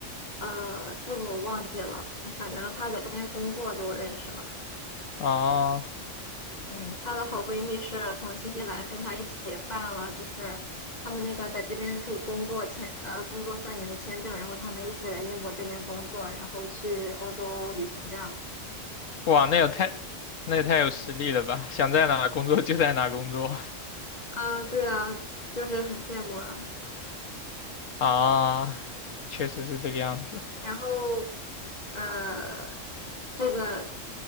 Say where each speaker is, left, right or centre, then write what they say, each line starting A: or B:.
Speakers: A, on the left; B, on the left.
A: 呃这个我忘记了，反正她在这边工作就认识了。
B: 啊，
A: 嗯，她的好闺蜜是从新西兰跟她一起办了，就是他们那个在这边可以工作签，呃，工作三年的签证，然后他们一起来英国这边工作，然后去欧洲旅行这样子。
B: 哇，那也太，那也太有实力了吧！想在哪工作就在哪工作 <laughs>
A: 啊，对啊，就是很羡慕啊。
B: 啊，确实是这个样子。<laughs>
A: 然后，呃，这个